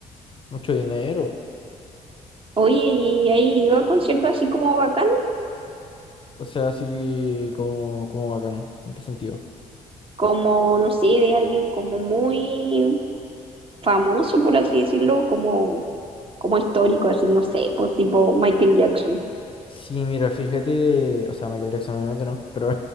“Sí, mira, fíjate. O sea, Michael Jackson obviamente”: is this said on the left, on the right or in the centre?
Left